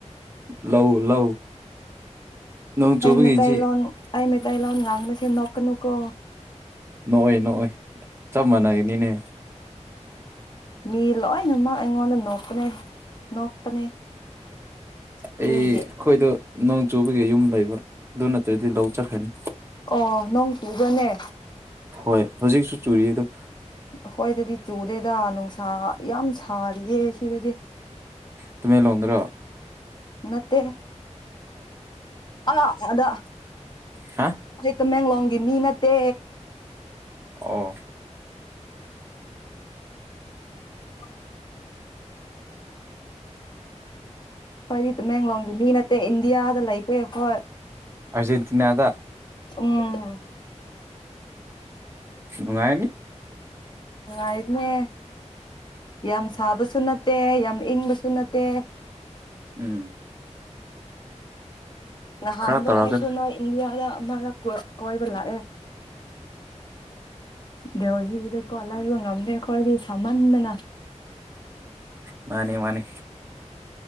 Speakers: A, on the right; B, on the left.
A: ꯂꯧꯎ ꯂꯧ ꯅꯣꯡ ꯆꯨꯕꯒꯤꯁꯤ
B: ꯑꯩ ꯃꯇꯩꯏ ꯂꯣꯟ ꯑꯩ ꯃꯇꯩꯏ ꯂꯣ ꯉꯥꯡ ꯕꯁꯤ ꯅꯣꯛ ꯅꯣꯀꯅꯨꯀꯣ
A: ꯅꯣꯛꯑꯣꯏ ꯅꯣꯛꯑꯣꯏ ꯆꯞ ꯃꯥꯟꯅꯩꯅꯤꯅꯦ
B: ꯃꯤ ꯂꯣꯏꯅꯃꯛ ꯑꯩꯉꯣꯟꯗ ꯅꯣꯛꯄꯅꯦ ꯅꯣꯛꯄꯅꯦ ꯑꯗꯨꯒꯤ
A: ꯑꯩ ꯑꯩꯈꯣꯏꯗꯣ ꯆꯨꯕꯒꯤ ꯌꯨꯝ ꯂꯩꯕ ꯑꯗꯨ ꯅꯠꯇ꯭ꯔꯗꯤ ꯂꯧ ꯆꯠꯈ꯭ꯔꯅꯤ
B: ꯑꯣ ꯅꯣꯡ ꯇꯨꯒꯅꯦ
A: ꯍꯣꯏ ꯍꯧꯖꯤꯛꯁꯨ ꯆꯨꯔꯤ ꯑꯗꯣ
B: ꯑꯩꯈꯣꯏꯗꯗꯤ ꯆꯨꯗꯦꯗ ꯅꯨꯡꯁꯥ ꯌꯥꯝ ꯁꯥꯔꯤꯌꯦ ꯁꯤꯗꯗꯤ
A: ꯇꯃꯦꯡꯂꯣꯡꯗꯨ꯭ꯔ
B: ꯅꯠꯇꯦ ꯑ ꯑꯗ
A: ꯍꯥ
B: ꯑꯩ ꯇꯃꯦꯡꯂꯣꯡꯒꯤ ꯃꯤ ꯅꯠꯇꯦ
A: ꯑꯣ
B: <inaudible> ꯐꯗꯤꯃꯦꯡꯂꯣꯡꯒꯤ ꯃꯤ ꯅꯠꯇꯦ ꯏꯟꯗꯤꯌꯥꯗ ꯂꯩꯇꯦ ꯍꯣꯏ
A: ꯑꯔꯖꯦꯟꯇꯤꯅꯥꯗ
B: ꯎꯝ
A: ꯅꯨꯡꯉꯥꯏꯅꯤ
B: ꯑ ꯏꯗꯅꯦ ꯌꯥꯝ ꯁꯥꯕꯁꯨꯅꯠꯇꯦ ꯌꯥꯝ ꯏꯪꯁꯨ ꯑꯗꯨꯅꯠꯇ
A: ꯎꯝ
B: ꯅꯍꯥꯟꯗꯣ
A: ꯈꯔ ꯇꯧꯔꯒ
B: ꯑꯩꯁꯨ ꯅꯣꯏ ꯏꯟꯗꯤꯌꯥꯗ ꯑꯃ ꯀꯣꯏꯕ ꯂꯥꯛꯑꯦ ꯗꯦꯍꯤꯀꯣ ꯑꯂ ꯏꯕ ꯉꯝꯗꯦ ꯀꯣ ꯑꯣꯏ ꯁꯃꯥꯟꯅꯅ
A: ꯃꯥꯅꯤ ꯃꯥꯅꯤ